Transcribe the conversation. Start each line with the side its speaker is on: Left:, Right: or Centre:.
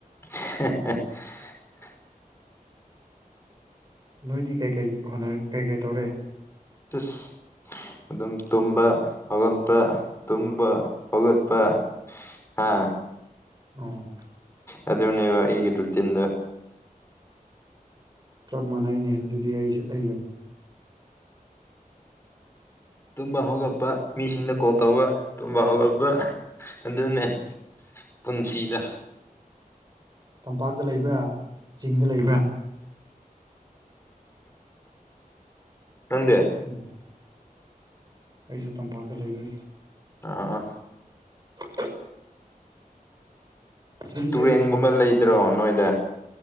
Left: <inaudible>
Right: ꯅꯣꯏꯗꯤ ꯀꯩꯀꯩ ꯍꯅ ꯀꯩꯀꯩ ꯇꯧꯔꯦ
Left: ꯑꯁ ꯑꯗꯨꯝ ꯇꯨꯝꯕ ꯍꯧꯒꯠꯄ ꯇꯨꯝꯕ ꯍꯧꯒꯠꯄ ꯍꯥꯥ
Right: ꯑꯣ
Left: ꯑꯗꯨꯗꯣꯅꯦꯕ ꯑꯩꯒꯤ ꯔ ꯇꯗ
Right: ꯆꯞ ꯃꯥꯟꯅꯩꯅꯦ ꯑꯗꯨꯗꯤ ꯑꯩ ꯑꯩꯒ
Left: ꯇꯨꯝꯕ ꯍꯧꯒꯠꯄ ꯃꯤꯁꯤꯡꯗ ꯀꯣꯜ ꯇꯧꯕ ꯇꯨꯝꯕ ꯍꯧꯒꯠꯄ ꯑꯗꯨꯅꯦ ꯄꯨꯟꯁꯤꯗ
Right: ꯇꯝꯄꯥꯛꯇ ꯂꯩꯕ꯭ꯔꯥ ꯆꯤꯡꯗ ꯂꯩꯕ꯭ꯔꯥ
Left: ꯅꯗꯦ
Right: ꯑꯣ ꯑꯩꯁꯨ ꯇꯝꯄꯥꯛꯇ ꯂꯩꯒꯦ
Left: ꯑꯥ
Right: ꯑ ꯌꯨꯝꯁꯦ
Left: ꯇꯨꯔꯦꯟꯒꯨꯝꯕ ꯂꯩꯗ꯭ꯔꯣ ꯅꯣꯏꯗ